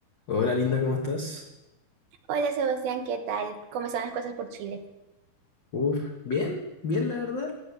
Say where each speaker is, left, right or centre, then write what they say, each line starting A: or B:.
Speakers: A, on the left; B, on the right.
A: Hola Linda, ¿cómo estás?
B: Hola Sebastián, ¿qué tal? ¿Cómo están las cosas por Chile?
A: Uf, bien, bien la verdad.